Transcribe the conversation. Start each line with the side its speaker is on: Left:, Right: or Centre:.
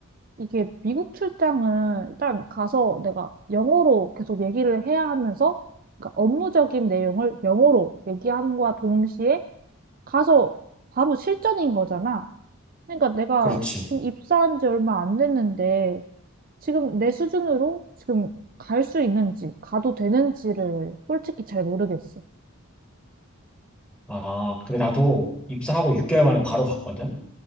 Right: 이게 미국 출장은 일단 가서 내가 영어로 계속 얘기를 해야 하면서 그러니까 업무적인 내용을 영어로 얘기함과 동시에 가서 바로 실전인 거잖아. 그러니까 내가
Centre: 그렇지.
Right: 지금 입사한 지 얼마 안 됐는데 지금 내 수준으로 지금 갈 수 있는지 가도 되는지를 솔직히 잘 모르겠어.
Centre: 아, 근데 나도 입사하고 6개월 만에 바로 갔거든?